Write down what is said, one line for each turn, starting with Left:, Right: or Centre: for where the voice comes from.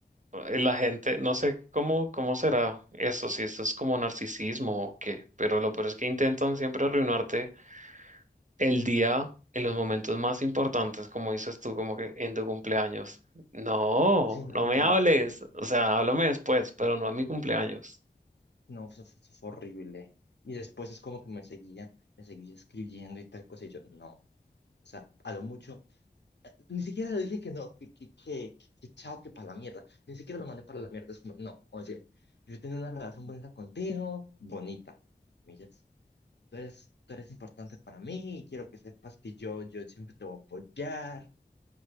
Right: eh, la gente, no sé cómo, cómo será eso, si esto es como narcisismo o qué, pero lo peor es que intentan siempre arruinarte el día en los momentos más importantes, como dices tú, como que en tu cumpleaños. No,
Left: Sí, no,
Right: no me hables, o sea, háblame después, pero no en mi cumpleaños.
Left: no, eso, fue eso fue horrible. Y después es como que me seguía, me seguía escribiendo y tal cosa. Y yo, no. O sea, a lo mucho. Ni siquiera le dije que no, que, que, que, que, que chao, que para la mierda. Ni siquiera lo mandé para la mierda. Es como, no, oye, yo tenía una relación bonita contigo, bonita, comillas. Tú eres, tú eres importante para mí y quiero que sepas que yo, yo siempre te voy a apoyar.